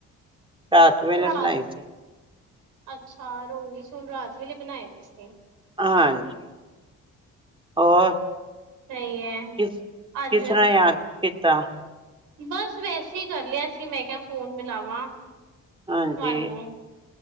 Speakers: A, on the right; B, on the right.
A: ਰਾਤ ਵੇਲੇ
B: ਰਾਤ
A: ਬਣਾਈ ਸੀ।
B: ਅੱਛਾ ਰੋਂਗੀ ਰਾਤ ਵੇਲੇ ਬਣਾਏ ਤੁਸੀਂ?
A: ਹਾਂਜੀ, ਹੋਰ
B: ਸਹੀ ਹੈ
A: ਕਿਸ
B: ਅੱਜ
A: ਕਿਸ ਤਰ੍ਹਾਂ ਯਾਦ ਕਿਸ ਕੀਤਾ
B: ਬਸ ਵੈਸੇ ਹੀ ਕਰ ਲਿਆ ਸੀ, ਮੈਂ ਕਿਹਾ ਫੋਨ ਮਿਲਾਵਾਂ ਤੁਹਾਨੂੰ,
A: ਹਾਂਜੀ